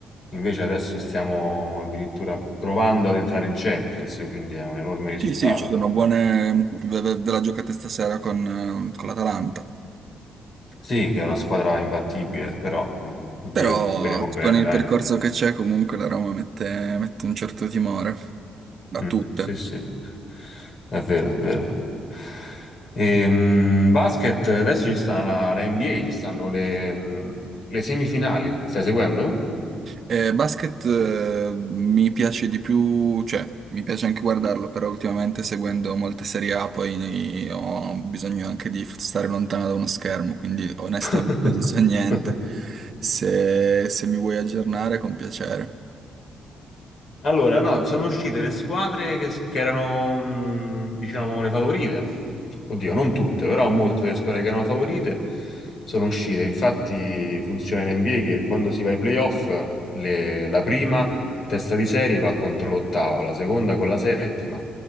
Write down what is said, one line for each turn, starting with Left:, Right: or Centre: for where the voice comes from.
Left: invece adesso stiamo addirittura provando ad entrare in Champions, e quindi è un enorme risultato.
Right: Sì, sì, ci sono buone. Ve ve- ve la giocate stasera con, eh, con l'Atalanta.
Left: Sì, che è una squadra imbattibile, però mh, oddio,
Right: Però
Left: speriamo bene,
Right: con il
Left: dai.
Right: percorso che c'è, comunque la Roma mette, mette un certo timore a
Left: Mm,
Right: tutte.
Left: sì, sì, è vero, è vero. Ehm, basket, adesso ci sta la, la NBA, ci stanno le, mm, le semifinali. Stai seguendo?
Right: Eh, basket, eh, mi piace di più, cioè mi piace anche guardarlo, però ultimamente seguendo molte serie A poi ne- ho bisogno anche di stare lontano da uno schermo, quindi onestamente
Left: <laughs>
Right: non so <laughs> niente. Se, se mi vuoi aggiornare, con piacere.
Left: Allora, no, sono uscite le squadre che, che erano, mh, diciamo, le favorite. Oddio, non tutte, però molte delle squadre che erano favorite sono uscite. Infatti funziona in NBA che quando si va ai playoff, le- la prima testa di serie va contro l'ottava, la seconda con la settima,